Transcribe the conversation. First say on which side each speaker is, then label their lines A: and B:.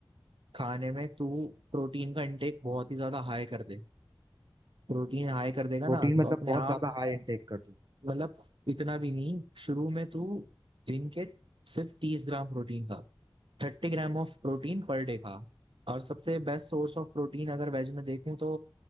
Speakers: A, on the right; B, on the right.
A: खाने में तू प्रोटीन का इंटेक बहुत ही ज्यादा हाई कर दे प्रोटीन हाई कर देगा
B: प्रोटीन
A: ना
B: मतलब
A: तो अपने
B: बहुत
A: आप
B: ज्यादा हाई इनटेक कर दूं
A: मतलब इतना भी नहीं शुरू में तू दिन के सिर्फ तीस ग्राम प्रोटीन खा थर्टी ग्राम ऑफ प्रोटीन पर डे खा और सबसे बेस्ट सोर्स ऑफ प्रोटीन अगर वेज में देखूं तो